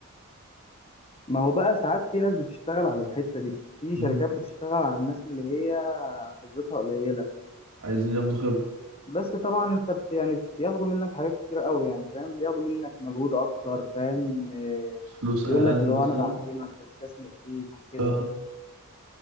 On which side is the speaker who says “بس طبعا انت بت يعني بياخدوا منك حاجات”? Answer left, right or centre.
Left